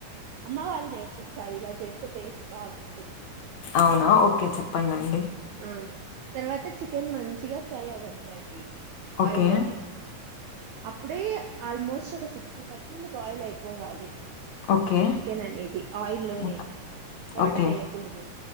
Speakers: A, on the right; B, on the left.
A: అమ్మ వాళ్ళు నేర్పించారు ఇలా చేస్తే టేస్ట్ బాగుంటుంది
B: అవునా ఓకే చెప్పండి అండి
A: ఆ తర్వాత చికెన్ మంచిగా ఫ్రై అవ్వనీయండి
B: ఓకే.
A: ఆయిల్లోనే అప్పుడే ఆల్మోస్ట్ ఒక సిక్స్టీపర్సెంట్ బాయిల్ అయిపోవాలి
B: ఓకే.
A: చికెన్ అనేది ఆయిల్లోనే
B: ఓక్
A: వాటర్
B: ఓకే.
A: వేయ్యకూడదు